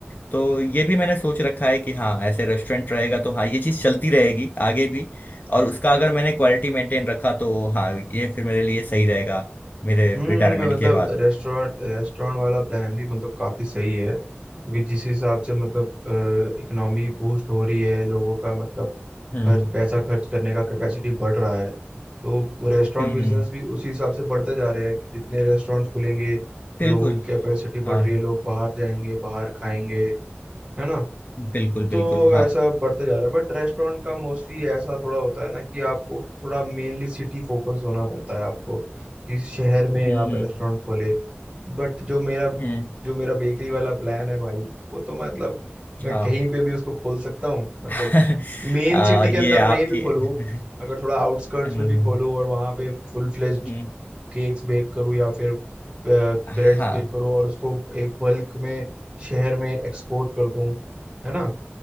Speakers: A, on the left (about 45°); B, on the right (about 25°).
A: तो ये भी मैंने सोच रखा है कि हाँ ऐसे रेस्टोरेंट रहेगा तो हाँ ये चीज़ चलती रहेगी आगे भी और उसका अगर मैंने क्वालिटी मेंटेन रखा तो हाँ ये फिर मेरे लिए सही रहेगा मेरे
B: हम्म
A: रिटायरमेंट
B: मतलब
A: के बाद
B: रेस्टोरेंट रेस्टोरेंट वाला प्लान भी मतलब काफी सही है क्योंकि जिस हिसाब से मतलब इकोनॉमी बूस्ट हो रही है लोगों का मतलब
A: हम्म
B: खर्च पैसा खर्च करने का कैपेसिटी बढ़ रहा है तो रेस्टोरेंट
A: हम्म
B: बिजनेस
A: हम्म
B: भी उसी हिसाब से बढ़ते जा रहे हैं कि जितने रेस्टोरेंट्स खुलेंगे
A: बिल्कुल
B: लोगों की कैपेसिटी
A: हाँ
B: बढ़ रही है लोग बाहर जाएंगे बाहर खाएंगे है ना
A: बिल्कुल
B: तो
A: बिल्कुल
B: वैसा
A: हाँ
B: बढ़ते जा रहा है बट रेस्टोरेंट का मोस्टली ऐसा थोड़ा होता है ना कि आपको थोड़ा मेनली सिटी फोकस होना पड़ता है आपको कि शहर में
A: हम्म
B: आप
A: हम्म
B: रेस्टोरेंट खोले बट जो मेरा
A: हम्म,
B: जो मेरा बेकरी वाला प्लान है भाई वो तो मतलब मैं
A: हाँ
B: कहीं पे भी उसको खोल सकता हूँ मतलब
A: <laughs>
B: मेन
A: आ,
B: सिटी के
A: ये
B: अंदर
A: आपकी
B: नहीं भी
A: <laughs>
B: खोलूँ अगर थोड़ा आउटस्कर्ट्स
A: हम्म
B: में भी खोलूँ और वहाँ पे फुल फ्लेज्ड
A: हम्म,
B: केक्स बेक करूँ या फिर ब्रेड्स
A: हाँ
B: बेक करूँ और उसको एक बल्क में शहर में एक्सपोर्ट कर दूँ है ना